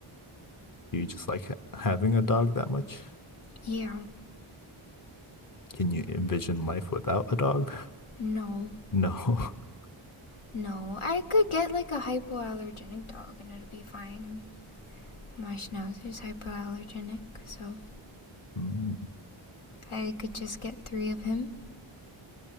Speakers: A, on the left; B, on the left.
A: Do you just like ha- having a dog that much?
B: Yeah.
A: Can you envision life without a dog? <laughs>
B: No.
A: No. <laughs>
B: No, I could get like a hypoallergenic dog and it'll be fine. I mean, my schnauzer's hypoallergenic, so
A: Mm,
B: I could just get three of him.